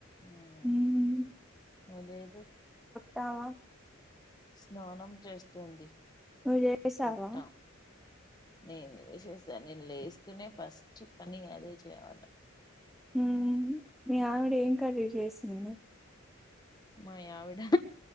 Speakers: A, on the left (about 20°); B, in the centre.
A: మ్
B: ఉమ్
A: అదేదో
B: రావా
A: స్నానం చేస్తుంది
B: నువ్వు చేశావా
A: పుట్ట నేను లేసేసా నేను లేస్తూనే ఫస్ట్ పని అదే చేయాల
B: ఉమ్ మీ ఆవిడ ఏం కర్రి చేసింది
A: మా ఆవిడా